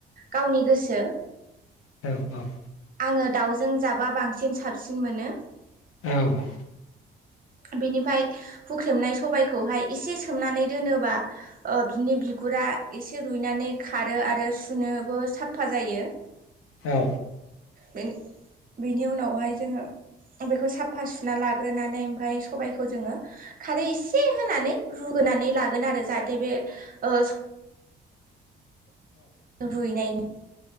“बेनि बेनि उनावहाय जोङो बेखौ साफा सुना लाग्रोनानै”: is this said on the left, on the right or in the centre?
Right